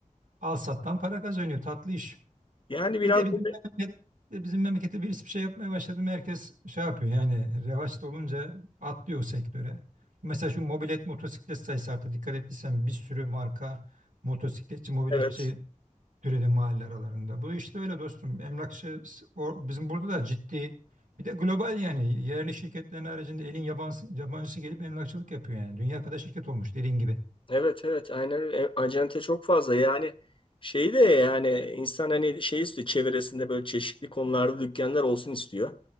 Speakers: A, on the right; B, on the left.
A: Al sattan para kazanıyor. Tatlı iş.
B: yani biraz
A: Bir de bizim
B: böyle
A: memleket, bizim memlekette birisi bir şey yapmaya başladı mı herkes şey yapıyor. Yani revaçta olunca atlıyor o sektöre. Mesela şu mobilet motosiklet sayısı arttı. Dikkat ettiysen bir sürü marka motosikletçi, mobiletçi
B: evet
A: Türedi mahalle aralarında. Bu işte öyle dostum. Emlakçı o, bizim burada da ciddi bir de global yani yerli şirketlerin haricinde elin yabancısı, yabancısı gelip emlakçılık yapıyor yani. Dünya kadar şirket olmuş dediğin gibi.
B: Evet evet aynen öyle. E, acente çok fazla yani şeyi de yani insan hani şey istiyor çevresinde böyle çeşitli konularda dükkanlar olsun istiyor.